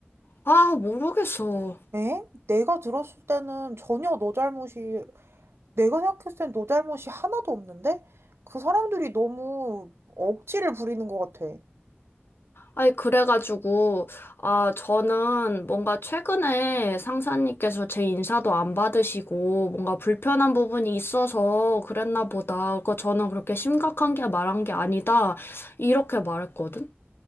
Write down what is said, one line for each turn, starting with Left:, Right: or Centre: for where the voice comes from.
Left: 아, 모르겠어.
Right: 엥? 내가 들었을 때는 전혀 너 잘못이 내가 생각했을 땐 너 잘못이 하나도 없는데? 그 사람들이 너무 억지를 부리는 것 같아.
Left: 아니, 그래가지고, 아, 저는 뭔가 최근에 상사님께서 제 인사도 안 받으시고, 뭔가 불편한 부분이 있어서 그랬나 보다. 그거 저는 그렇게 심각한 게 말한 게 아니다. 이렇게 말했거든?